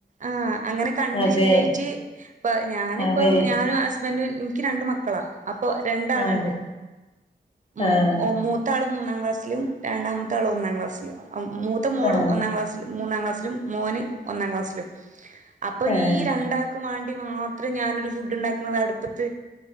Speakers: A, on the right; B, on the left.
A: ആഹ് അങ്ങെനെ കണ്ട്
B: അതെ
A: ശീലായ്റ്റ് പ്പ ഞാനിപ്പം
B: അതെ
A: ഞാനും ഹസ്ബന്റും ഇൻയ്ക്ക് രണ്ട് മക്കളാ അപ്പൊ രണ്ടാള്ണ്ട്
B: ആഹ്
A: ഉം
B: ആഹ്
A: ഒ മൂത്താള് മൂന്നാം ക്ലാസ്സ്ലും രണ്ടാമത്താള് ഒന്നാം ക്ലാസ്സ്ല്വാ മൂ ത്ത മോള്
B: ആഹ്
A: ഒന്നാം ക്ലാസ്സ്ല് മൂന്നാം ക്ലാസ്സ്ലും മോന് ഒന്നാം ക്ലാസ്സ്ലും അപ്പം
B: ആഹ്
A: ഈ രണ്ടാ ക്ക് മാണ്ടി മാത്രം ഞാനൊര് ഫുഡ്ഡ്ണ്ടാക്ക്ണത് അട്പ്പത്ത്